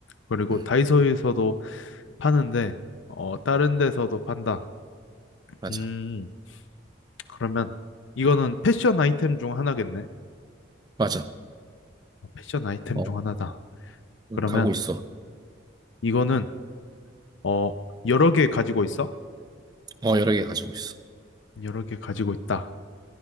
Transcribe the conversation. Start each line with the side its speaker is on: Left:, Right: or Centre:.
Left: 그리고
Right: 응,
Left: 다이소에서도 파는데, 어, 다른 데서도 판다.
Right: 맞아,
Left: 음, 그러면 이거는 패션 아이템 중 하나겠네?
Right: 맞아.
Left: 어, 패션 아이템
Right: 어,
Left: 중 하나다. 그러면
Right: 가고 있어.
Left: 이거는, 어, 여러 개 가지고 있어?
Right: 음. 어, 여러 개 가지고 있어.
Left: 여러 개 가지고 있다.